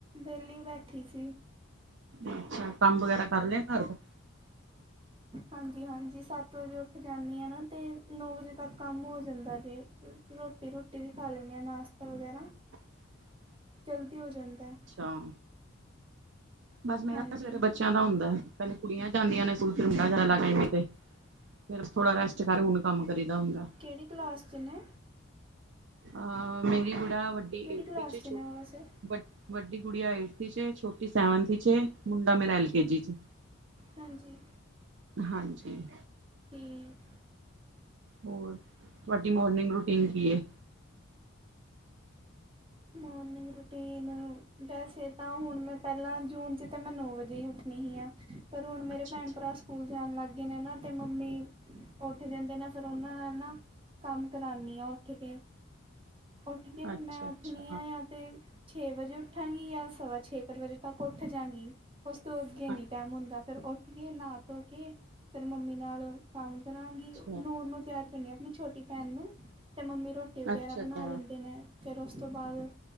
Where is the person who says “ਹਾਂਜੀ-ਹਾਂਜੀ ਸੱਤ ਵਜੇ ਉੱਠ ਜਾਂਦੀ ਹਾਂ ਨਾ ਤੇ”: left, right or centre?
Right